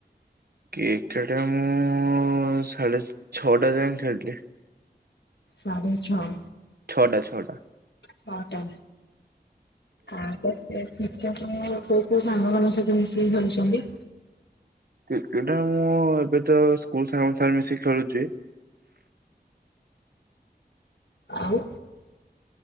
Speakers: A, on the right; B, on the left.
A: କିକେଟେ ମୁଁ ସାଢେ ଛଅଟା ଯାଏଁ ଖେଳିଲି।
B: ସାଢ଼େ ଛଅ।
A: ଛଅଟା ଛଅଟା।
B: ଛଅଟା ଆଁ ତ। ସେ କ୍ରିକେଟେ କୋଉ କୋଉ ସାଙ୍ଗମାନଙ୍କ ସହିତ ମିଶିକି ଖେଳୁଛନ୍ତି?
A: କ୍ରିକେଟ ମୁଁ ଏବେ ତ ସ୍କୁଲ ସାଙ୍ଗ ସାଙ୍ଗେ ମିଶିକି ଖେଳୁଛି।
B: ଆଉ।